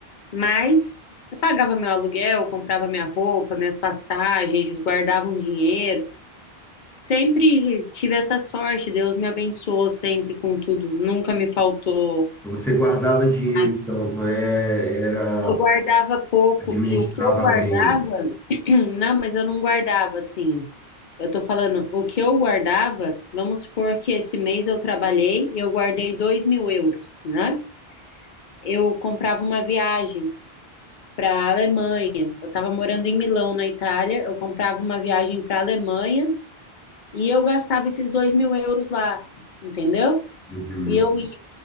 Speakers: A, on the left; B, in the centre.
A: mas eu pagava meu aluguel, comprava minha roupa, minhas passagens, guardava um dinheiro. Sempre tive essa sorte. Deus me abençoou sempre com tudo. Nunca me faltou.
B: você guardava dinheiro,
A: nada.
B: então, tu é, era,
A: Eu guardava pouco
B: administrava
A: e o que eu guardava,
B: bem.
A: <clears throat> não, mas eu não guardava assim. Eu tô falando, o que eu guardava, vamos supor que esse mês eu trabalhei e eu guardei dois mil euros, né? Eu comprava uma viagem para a Alemanha. Eu estava morando em Milão, na Itália. Eu comprava uma viagem para a Alemanha e eu gastava esses dois mil euros lá, entendeu?
B: Uhum.
A: E eu